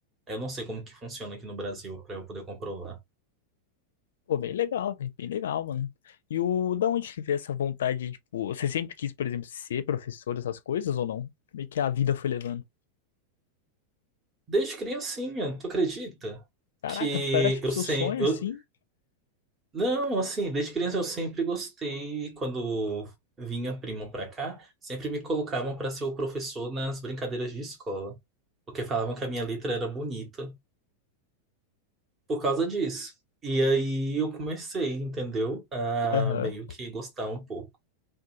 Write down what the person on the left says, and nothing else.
Pô, bem legal, velho. Bem legal, mano. E o da onde que veio essa vontade, tipo, você sempre quis, por exemplo, ser professor, essas coisas ou não? Meio que a vida foi levando.
Caraca,
era tipo
seu
sonho assim?
Aham.